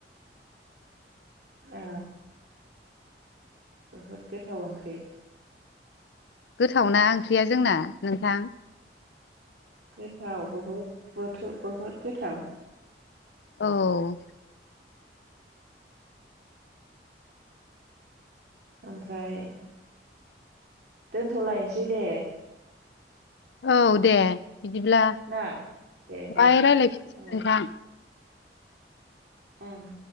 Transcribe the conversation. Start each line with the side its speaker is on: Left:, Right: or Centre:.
Right: ओ बहुद गोथाव ओंख्रि
Left: गोथावना ओंख्रिया जोंना नोंथां?
Right: गोथाव बहुद बुथ बुहुद गोथाव।
Left: औ।
Right: ओमफ्राय दोनथ'लायसै दे।
Left: औ दे बिदिब्लाबिदिब्ला
Right: ना दे
Left: दाहाय
Right: दे
Left: रायज्लायफीन
Right: औ
Left: बिदिब्ला।
Right: ओं।